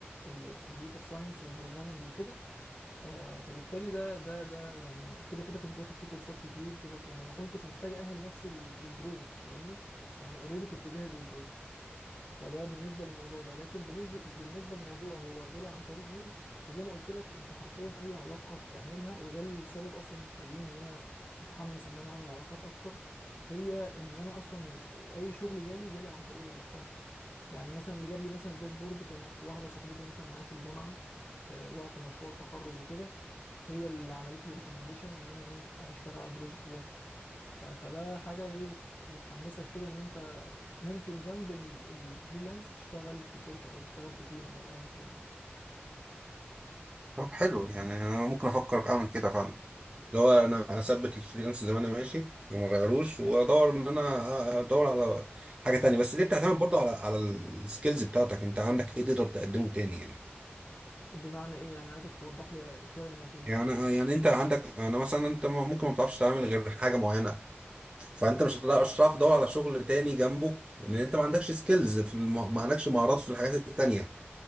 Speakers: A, on the left (about 60°); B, on the right (about 20°).
A: ال- الكمبيوتر ساينس والبروجرامنج وكده آه، فبالتالي ده ده ده يعني كده كده كنت واخد فيه كورسات كتير كده يعني ما كنتش محتاج اهل نفسي لل- للبروجكت فاهمني يعني اوريدي كنت جاهز للبروجكت فده بالنسبه للموضوع ده لكن بالنسبه بالنسبه للموضوع هو جالي عن طريق مين فزي ما قلت لك انت حرفيا اي علاقه بتعملها وده السبب اصلا اللي مخليني ان انا متحمس ان انا اعمل علاقات اكتر هي ان انا اصلا اي شغل جالي جالي عن طريق العلاقات يعني مثلا اللي جاب لي مثلا الداشبورد كانت واحده صاحبتي مثلا معايا في الجامعه في وقت مشروع التخرج وكده هي اللي عملت لي ريكومنديشن ان انا ايه اشتغل على البروجكت ده ف- فده حاجة ايه بت- بتحمسك كده ان انت ممكن جنب ال- الفريلانس تشتغل في شركة او تشتغل في تيم او ايا كان
B: طب حلو يعني انا ممكن افكر اعمل كده فعلا اللي هو انا هثبت الفريلانس زي ما انا ماشي وما غيروش وادور ان انا ادور على حاجه تانية بس دي بتعتمد برضو على على السكيلز بتاعتك انت عندك ايه تقدر تقدمه تاني يعني
A: بمعنى ايه يعني عايزك توضح لي شوية النقطة دي
B: يعني يعني انت عندك انا مثلا انت ممكن ما بتعرفش تعمل غير حاجه معينه فانت مش هتقدر- مش هتعرف تدور على شغل تاني جنبه لان انت ما عندكش سكيلز في الم... ما عندكش مهارات في الحاجات التانية